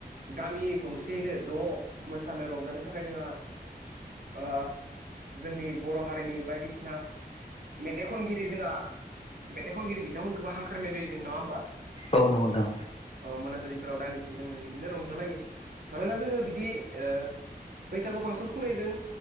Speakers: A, on the right; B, on the left.
A: गामि गंसेयैनो ज' मोसानो रंजानो थाखाय जोंहा ओवा जोंनि बर' हारिनि बायदिसिना मेथाइ खनगिरि जोंहा मेथाइ खनगिरि बिथांमोनखौबो हांख्रायनाय जायो जों नंङा होमबा?
B: औ नंगौ नोंथां।
A: अ मोनाबिलिफोराव दानदिसे जोंङो बिदिनो रंजालायो, मानोना जोंङो बिदि ओ बैसागु फांसन खुंनायजों